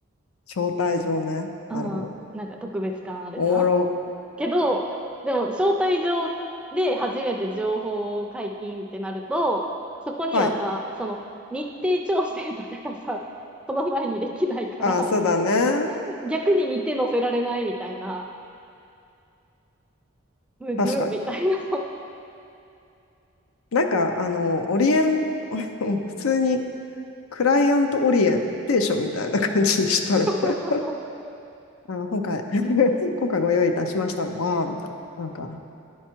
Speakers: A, on the left; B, in the centre.
A: 招待状ね。
B: うん、
A: なるほど。
B: なんか特別感あるじゃん
A: おもろ。
B: けど、でも、招待状で初めて情報を解禁ってなると、そこにはさ、
A: はい。
B: その、日程調整とかがさ、その前にできないから、
A: あ、そうだね。
B: 逆に日程載せられないみたいな、むずっ、
A: 確かに。
B: みたいな。
A: なんか、あの、オリエン、<laughs> うん普通にクライアントオリエンテーションみたいな感じにしたら、
B: <laughs>
A: <laughs> あの、今回 <laughs> 今回ご用意いたしましたのは、みたいな。なんか、